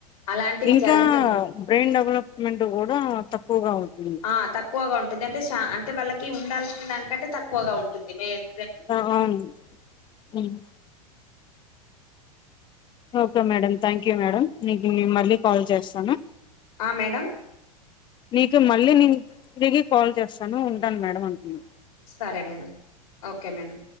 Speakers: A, on the left; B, on the left.
A: అలాంటివి
B: ఇంకా
A: జరుగుతున్నాయి
B: బ్రెయిన్ డెవలప్ మెంటూ కూడా తక్కువగా అవుతుంది
A: ఆ తక్కువగా ఉంటుంది అంటే చా అంటే వాళ్ళకి ఉండాల్సిన దానికంటే తక్కువగా ఉంటుంది మెయిన్
B: ఆ అవును మ్ okay madam thank you madam నీకు మళ్ళీ కాల్ చేస్తాను
A: ఆ మేడం
B: నీకు మళ్ళీ నేను తిరిగి కాల్ చేస్తాను ఉంటాను మేడం అంటున్నా
A: సరే మేడం ఓకే మేడం